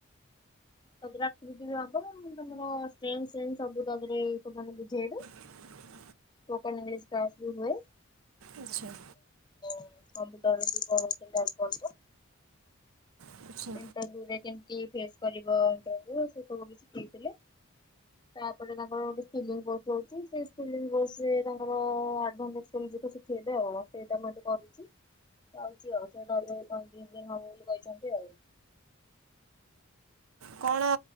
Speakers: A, on the left (about 20°); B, on the right (about 80°).
A: ତା ପରେ ଆକୃତି ହବନା ମୁଁ ତମର ସେମ୍ ସିମ୍ ସବୁ ତପରେ ସେମାନେ ବୁଝେଇବେ।
B: ହ
A: ସ୍ପୋକେନ୍ ଇଂଲିଶ କ୍ଲାସ୍ ବି ରୋଲ୍।
B: ଆଚ୍ଛା।
A: ଓମ କପୁଟର ବି ପ <unintelligible> କରଚ।
B: ଆଚ୍ଛା
A: ଇଣ୍ଟରବୁ ରେ କେମତି ଫେସ୍ କରିବ ସବୁ ସେ ସବୁ ଶିଖେଇ ଥିଲେ। ତାପରେ ତାଙ୍କର ଗୋଟ ସ୍କିଲିଂ କୋଷ ରହୁଛି ସେ ସ୍କିଲିଙ୍ଗ କୋର୍ସ୍ ରେ ତାଙ୍କର ଏଡଭାନ୍ସ ସି ଜେତିକ ସିଖେଇବେ ଆଉ ସେଇଟା ମୁଁ ଏବେ କରୁଛି। ଯାଉଛି ଆଉ ସେ ଗଲେ ଦି ତିନ ଦିନି ହବ ବୋଲି କହିଛନ୍ତି ଆଉ।
B: କଣ